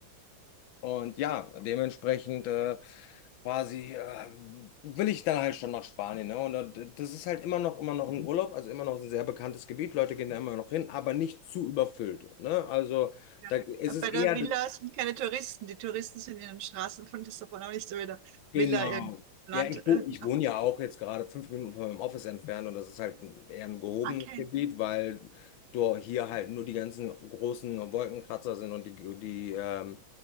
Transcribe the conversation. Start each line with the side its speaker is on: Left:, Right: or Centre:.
Left: Und ja, dementsprechend äh, quasi äh, will ich dann halt schon nach Spanien. Ne? Und äh, das ist halt immer noch, immer noch ein Urlaub, also immer noch ein sehr bekanntes Gebiet. Leute gehen da immer noch hin, aber nicht zu überfüllt. Ne? Also
Right: Ja.
Left: da ist es
Right: Bei
Left: eher,
Right: der Villa sind keine Touristen. Die Touristen sind in den Straßen von Lissabon, aber nicht so wieder
Left: Genau.
Right: Villa irgendein Land.
Left: Ja, ich, wo,
Right: äh,
Left: ich
Right: ja.
Left: wohne ja auch jetzt gerade fünf Minuten von meinem Office entfernt und das ist halt ein, eher ein gehobenes
Right: Okay.
Left: Gebiet, weil do- hier halt nur die ganzen großen Wolkenkratzer sind und die, die, ähm,